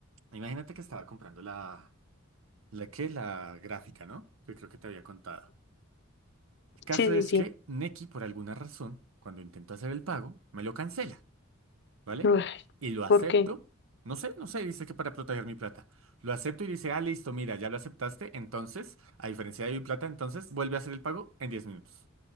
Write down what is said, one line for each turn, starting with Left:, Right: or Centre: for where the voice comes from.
Right: Imagínate que estaba comprando la... ¿La qué? La gráfica, ¿no? Que creo que te había contado. El caso
Left: Sí, sí,
Right: es
Left: sí.
Right: que Nequi, por alguna razón, cuando intento hacer el pago, me lo cancela, ¿vale?
Left: Uy,
Right: Y lo acepto.
Left: ¿por qué?
Right: No sé, no sé, dice que para proteger mi plata. Lo acepto y dice, ah, listo, mira, ya lo aceptaste, entonces, a diferencia de mi plata, entonces, vuelve a hacer el pago en 10 minutos.